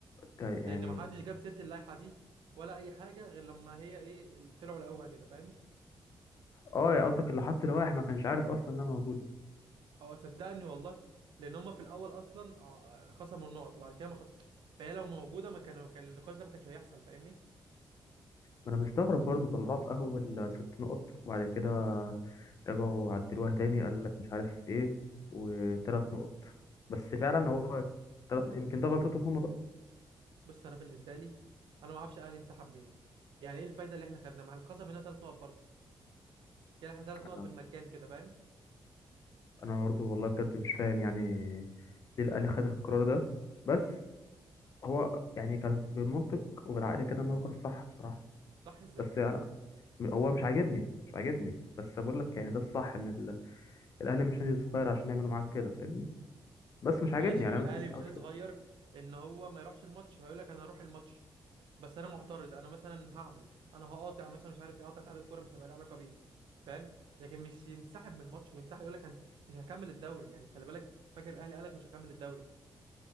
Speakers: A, on the left; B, on the right.
A: تا-
B: لان
A: يعني
B: ما حدش جاب سيره اللائحه دي ولا اي حاجه غير لما هي ايه ال- طلعوا لقوها كده فاهم
A: اه يا قصدك اللي حط لوائح ما كانش عارف أصلا إنها موجودة
B: او صدقني والله لان هم في الاول اصلا آه، خصموا النقط وبعد كده ما خصم فهي لو موجوده ما كان كان النقاش ده ما كانش هيحصل فاهمني
A: ما أنا مستغرب برضه طلعوها في أول آه، ست نقط وبعد كده رجعوا عدلوها تاني قال لك مش عارف إيه وتلات نقط بس فعلا هو تلات يمكن ده غلطتهم هما بقى
B: بص انا بالنسبه لي انا ما اعرفش الاهلي انسحب ليه يعني ايه الفايده اللي احنا خدناها ما احنا اتخصم هنا ثلاث نقط برضه كده احنا ثلاث نقط
A: أنا
B: بالمجان كده فاهم
A: أنا برضه والله بجد مش فاهم يعني ليه الأهلي خد القرار ده بس هو يعني كان بالمنطق وبالعقل كده إن هو قرار صح بصراحة
B: صح ازاي
A: بس
B: طيب
A: انا هو مش عاجبني مش عاجبني بس بقول لك يعني ده الصح ان ال- الاهلي مش نادي صغير عشان يعملوا معاك كده فاهمني بس مش
B: ماشي
A: عاجبني يعني
B: والاهلي
A: انا ما كنت
B: مش
A: عاوز
B: نادي
A: كده
B: صغير ان هو ما يروحش الماتش هيقول لك انا هروح الماتش بس انا معترض انا مثلا هعمل انا هقاطع مثلا مش عارف ايه اقاطع اتحاد الكوره مش هيبقى لي علاقه بيه فاهم لكن مش ينسحب من الماتش وينسحب يقول لك مش هكمل الدوري يعني خلي بالك فاكر الاهلي قال لك مش هكمل الدوري